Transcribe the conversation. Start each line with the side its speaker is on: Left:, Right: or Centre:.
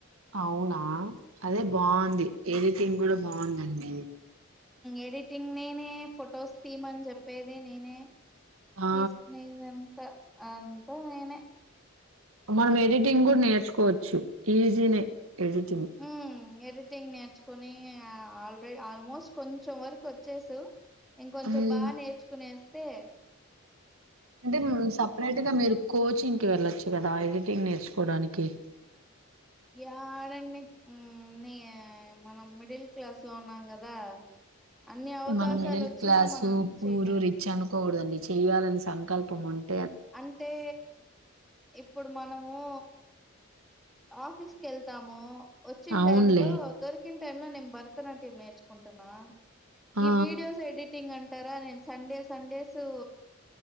Right: అవునా అదే బాగుంది ఏది టింగ్ కూడా బాగుందండి,
Centre: ఎడిటింగ్ నేనే ఫొటోస్ తీమని చెప్పేది నేనే,
Right: ఆ
Centre: తీసుకునే దా అంతా నేనే
Right: మనం ఎడిటింగ్ కూడా నేర్చుకోవచ్చు ఈజీనే ఎడిటింగ్,
Centre: హ్మ్ ఎడిటింగ్ నేర్చుకుని ఆల్రెడీ ఆల్మోస్ట్ కొంచెం వరకు వచ్చేసు, ఇంకొంచెం
Right: ఉమ్,
Centre: బాగా నేర్చుకునే పే
Right: అంటే సపరేట్ గా మీరు కోచింగ్, వెళ్ళొచ్చు కదా ఎడిటింగ్ నేర్చుకోవడానికి,
Centre: ఎడండి హు ని మనం మిడిల్ క్లాస్ లో ఉన్నాం కదా, అన్ని అవకాశాలు
Right: మనం మిడిల్
Centre: వచ్చినా
Right: క్లాసు
Centre: మనం
Right: పూరు
Centre: చేయలేం
Right: రిచ్ అనుకోకూడదండి. చెయ్యాలని సంకల్పం ఉంట్.
Centre: అంటే ఇప్పుడు మనమూ ఆఫీస్ కెళ్తాము. వచ్చిన
Right: అవునులే
Centre: టైమ్ లో దొరికిన్ టైమ్ లో నేను భరతనాట్యం నేర్చుకుంటున్నా.
Right: ఆ ఆ.
Centre: ఈ వీడియోస్ ఎడిటింగ్ అంట్ టారా నేను సండే సండేసు